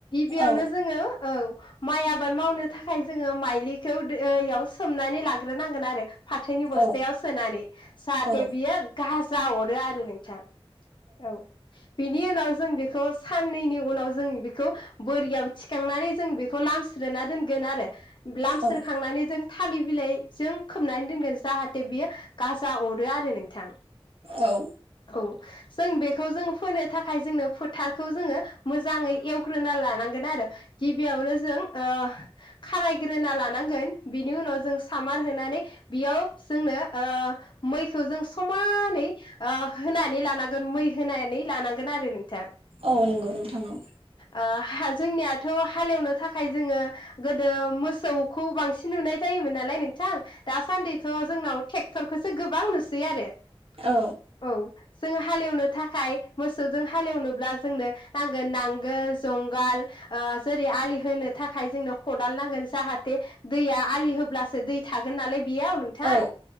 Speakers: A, on the left; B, on the right.
A: बेयावनो
B: औ
A: जोङो औ माइ आबाद मावनो थाखाय जोङो माइलिखौ दैयाव सोमनानै लाग्रोनांगोन आरो फाथोनि बस्थायाव
B: औ
A: सोनानै जाहाथे
B: औ
A: बियो गाजा हरो आरो नोंथां। औ बिनि उनाव जों बेखौ साननैनि उनाव जों बेखौ बोरियाव थिखांनानै जों बेखौ लामस्रोना दोनगोन आरो ब्लाम
B: औ
A: सोरखांनानै जों थालिर बिलाइजों खोमनानै दोनगोन जाहाथे बियो गाजा अरो आरो नोंथां।
B: औ।
A: औ जों बेखौ जों फोनो थाखाय जोंनो फोथारखौ जोङो मोजाङै एवग्रोनो लानांगोन आरो गिबियावनो जों ओ खारायग्रोना लानांगोन बिनि उनाव जों सामार होनानै बेयाव जोंनो ओ मैखौ जों समानै ओ होनानै लानांगोन मै होनानै लानांगोन आरो। नोंथां
B: औ नंगौ नोंथां औ
A: ओ हा-जोंनियाथ' हालेवनो थाखाय जोङो गोदो मोसौखौ बांसिन नुनाय जायोमोन नालाय नों थां दासान्दिथ' जोंनाव ट्रेक्टरखौसो गोबां नुसैयो आरो
B: औ
A: औ जों हालेवनो थाखाय मोसौजों हालेवनोब्ला जोंनो नांगोन नांगोल, जंगाल ओ जेरै आलि होनो थाखाय जोंनो खदाल नांगोन जाहाथे दैया आलि होब्लासो दै थागोन नालाय बेयाव नोंथां
B: औ